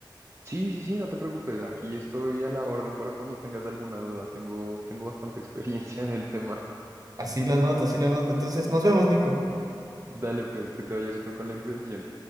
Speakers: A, on the right (about 35°); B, on the right (about 50°).
A: Sí, sí, sí, no te preocupes, aquí estoy a la orden para cuando tengas alguna duda, tengo, tengo bastante <laughs> experiencia en el tema.
B: Así lo noto, así lo noto. Entonces, nos vemos, Nico.
A: Dale pues, que te vaya súper con la impresión.